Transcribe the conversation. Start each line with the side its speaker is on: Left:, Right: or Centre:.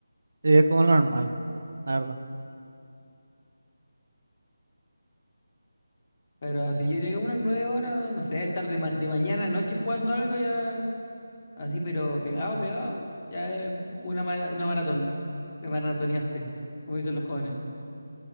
Right: Sí, es como lo normal, la verdad.
Left: Pero si yo llega unas 9 horas, no sé, estar de, ma- de mañana a noche jugando algo ya, así, pero pegado, pegado, ya es una, mara- una maratón. Te maratoneaste, como dicen los jóvenes.